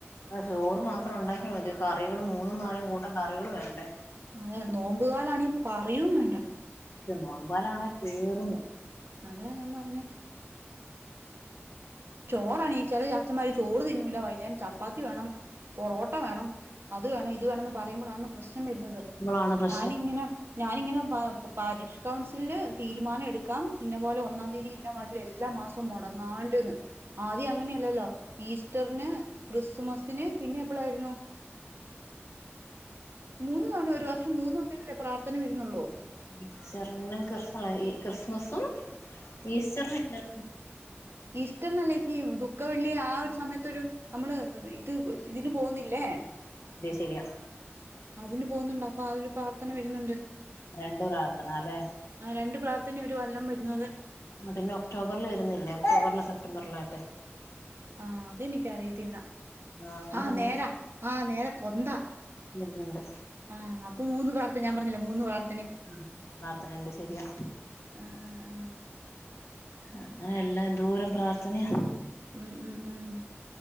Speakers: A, on the left; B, on the right.
A: അതോ ചോറ് മാത്രം ഉണ്ടാക്കിയ മതിയൊ കറികളും മൂന്നും നാലും കൂട്ടം കറികൾ വേണ്ടേ
B: അതെ നോമ്പുകാലാണെങ്കിൽ പറയും വേണ്ട
A: സത്യം നോയമ്പ് കലാണെ തീർന്ന്
B: അതാ ഞാൻ പറഞ്ഞെ ചോറണി ചെല അച്ചന്മാര് ചോറ് തിന്നുല വൈകുന്നേരം ചപ്പാത്തി വേണം പൊറോട്ട വേണം അതു വേണം ഇതു വേണോന്ന് പറയുമ്പുളാണ് പ്രശ്നം വരുന്നത്
A: മ്പളാണ് പ്രശ്നം
B: ഞാനിങ്ങനെ ഞാനിങ്ങനെ പാരീക്ഷ്കൗൺസിലില് തീരുമാനം എടുക്കാം ഇന്ന പോലെ ഒന്നാം തീയതി ഇന്ന വ എല്ലാ മാസവും മുടങ്ങാണ്ട്ന്ന് ആദ്യം അങ്ങനെയല്ലല്ലോ ഈസ്റ്ററിന് ക്രിസ്തുമസിന് പിന്നെ എപ്പോളായിരുന്നു മൂന്ന് തവണ ഒരു വർ ഷം മൂന്ന് തവണയല്ലേ പ്രാർത്ഥന വരുന്നുള്ളൂ
A: ഈസ്റ്ററിനും ക്രിസ്മസും ഈസ്റ്ററിനും
B: ഈസ്റ്ററിന് അല്ലേച്ചി ദുഃഖവെള്ളി ആ ഒരു സമയത്തൊരു നമ്മള് ഇത് ഇതിന് പോന്നില്ലേ
A: ശരിയാ
B: അതിന് പോന്നുണ്ട് അപ്പൊ അതിന് ഒരു പ്രാർത്ഥന വരുന്നുണ്ട്
A: രണ്ടു പ്രാർത്ഥന ല്ലേ
B: ആഹ് രണ്ട് പ്രാർത്ഥന ഒരു കൊല്ലം വരുന്നത്
A: ആഹ് പിന്നെ ഒക്ടോബറിൽ വരുന്നില്ലേ ഒക്ടോബറിലോ സെ്റ്റംബറിലോറ്റേ
B: ആഹ് അത് എനിക്ക്‌ അറിയത്തില്ല
A: ആ അങ്ങനെയെല്ലാം
B: ആഹ് നേരാ ആഹ് നേരാ കൊന്താ
A: വരുന്നുണ്ട്
B: ആഹ് അപ്പൊ മൂന്ന് പ്രാർത് ഞാൻ പറഞ്ഞില്ല മൂന്ന് പ്രാർ
A: ഉം പ്രാർത്ഥനയുണ്ട് ശരിയാ
B: ആഹ് ആഹ് ആഹ്
A: ആഹ് അങ്ങനെ എല്ലാം എന്തൂരം പ്രാർത്ഥനയ
B: ഉം ഉം ഉം